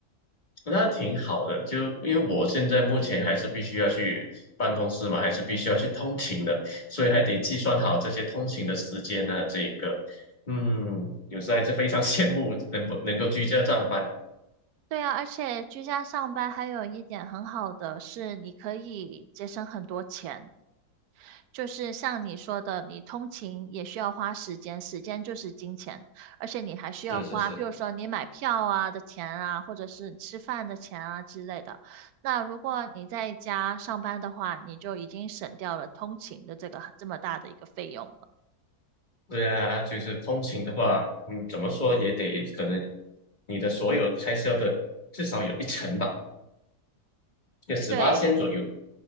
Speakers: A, on the left (about 30°); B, on the right (about 75°).
A: 那挺好的，就因为我现在目前还是必须要去办公室嘛，还是必须要去通勤的，所以还得计算好这些通勤的时间呢。这个，嗯，有时候还是非常羡慕能不能够居家上班。
B: 对啊，而且居家上班还有一点很好的是，你可以节省很多钱。就是像你说的，你通勤也需要花时间，时间就是金钱，而且你还需要花，
A: 是是是，
B: 比如说你买票啊的钱啊，或者是吃饭的钱啊之类的。那如果你在家上班的话，你就已经省掉了通勤的这个这么大的一个费用了。
A: 对啊，就是通勤的话，嗯，怎么说也得可能你的所有开销的至少有一成吧，就十八千左右。
B: 对，